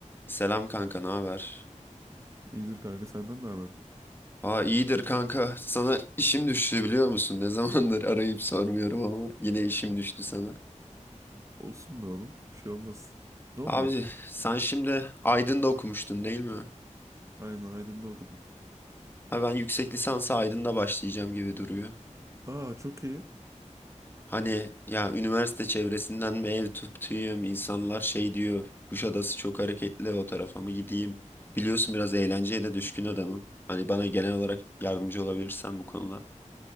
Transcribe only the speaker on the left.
Selam kanka, ne haber?
Aa iyidir kanka. Sana işim düştü biliyor musun? Ne <laughs> zamandır arayıp sormuyorum ama yine işim düştü sana.
Abi sen şimdi Aydın'da okumuştun değil mi?
Ha ben yüksek lisansa Aydın'da başlayacağım gibi duruyor.
Hani ya üniversite çevresinden mi ev tutayım? İnsanlar şey diyor. Kuşadası çok hareketli o tarafa mı gideyim? Biliyorsun biraz eğlenceye de düşkün adamım. Hani bana genel olarak yardımcı olabilirsen bu konuda.